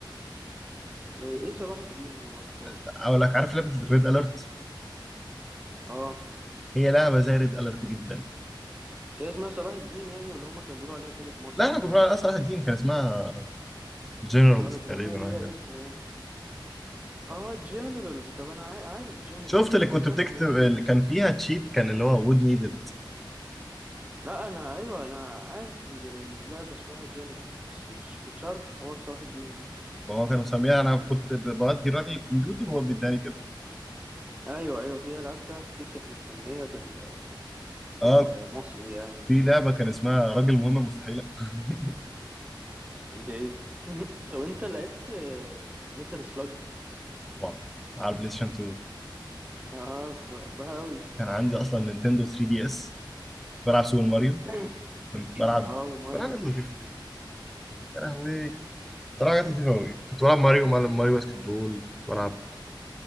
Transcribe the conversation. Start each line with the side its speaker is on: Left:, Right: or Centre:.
Right: ايه إيه صلاح الدين دي معرفهاش
Centre: اقول لك عارف لعبه ريد اليرت
Right: اه
Centre: هي لعبه زي ريد اليرت جدا
Right: مش هي اسمها صلاح الدين يعني ولا هما كانوا بيقولوا عليها كده في مصر
Centre: لا احنا
Right: ولا
Centre: كنا بنلعب
Right: ايه
Centre: اصلا واحد تيم كان اسمها جنرالز
Right: اه لكن
Centre: تقريبا
Right: هي ليها
Centre: حاجة كده.
Right: اسم يعني اه جنرالز طب انا عا- عارف جنرالز
Centre: شفت
Right: بس
Centre: اللي كنت
Right: مش
Centre: بتكتب
Right: عارف ان
Centre: اللي كان فيها تشيت كان اللي هو وود نيدد
Right: لا انا ايوه انا عارف لعبه اسمها جنرالز بس مش كنتش عارف حوار صلاح الدين ده
Centre: وهو كان مسميها انا كنت بودي الراجل الكمبيوتر وهو بيداني كده
Right: ايوه ايوه في العاب فعلا كتير كانت متسميه بال بالمصري
Centre: اه
Right: يعني فاهم
Centre: في لعبه كان اسمها راجل مهمه مستحيله <laughs>
Right: ده ايه ده <laughs> طب انت لعبت ميتال سلاج
Centre: طبعا على البلاي ستيشن 2
Right: اه كنت بحبها قوي
Centre: كان عندي اصلا نينتندو 3 دي اس كنت بلعب سوبر ماريو
Right: <coughs>
Centre: كنت
Right: <clears throat>
Centre: بلعب
Right: اه وماريو
Centre: بلعب حاجات لطيفه يا لهوي كنت بلعب حاجات لطيفه قوي كنت بلعب ماريو ماريو باسكت بول كنت بلعب